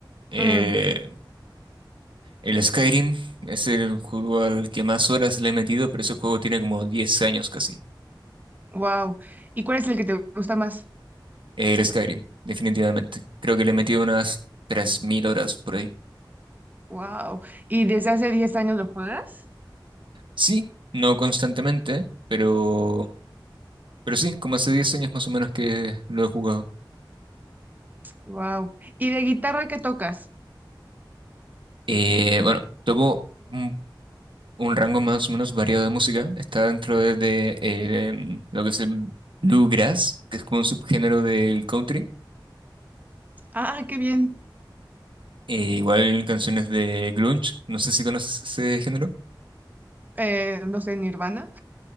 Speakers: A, on the right; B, on the right.
A: Eh,
B: mm,
A: el Skyrim es el juego al que más horas le he metido, pero ese juego tiene como 10 años casi.
B: Wow. ¿Y cuál es el que te gusta más?
A: El Skyrim, definitivamente. Creo que le he metido unas 3.000 horas por ahí.
B: Wow. ¿Y desde hace 10 años lo juegas?
A: Sí, no constantemente, pero, pero sí, como hace 10 años más o menos que lo he jugado.
B: Wow. ¿Y de guitarra qué tocas?
A: Eh, bueno, toco un, un rango más o menos variado de música. Está dentro de, de, eh, em, lo que es el bluegrass, que es como un subgénero del country.
B: Ah, qué bien.
A: Eh, igual canciones de grunge, no sé si conoces ese género.
B: eh, no sé, Nirvana.